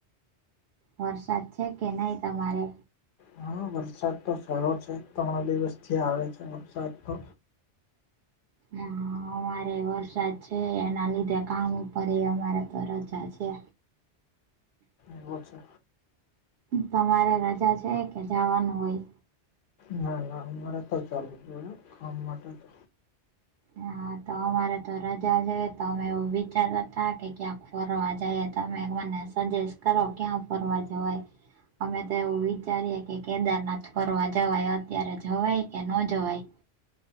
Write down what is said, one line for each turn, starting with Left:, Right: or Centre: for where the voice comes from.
Right: વરસાદ છે કે નહીં તમારે
Left: હા વરસાદ તો સારો છે ત્રણ દિવસથી આવે છે વરસાદ તો
Right: <inaudible> અમારે વરસાદ છે એના લીધે કામ ઉપર અ અમારે તો રજા છે
Left: એવો છે
Right: તમારે રજા છે કે જાવાનું હોય
Left: ના ના અમારે તો ચાલુજ હોય કામ માટે તો
Right: હા તો અમારે તો રજા છે તો અમે એવું વિચારતા તા કે ક્યાંક ફરવા જાયે તમે મને સજેસ્ટ કરો ક્યાં ફરવા જવાય? અમે તો એવું વિચારીએ કે કેદારનાથ ફરવા જવાય અત્યારે જવાય કે ન જવાય?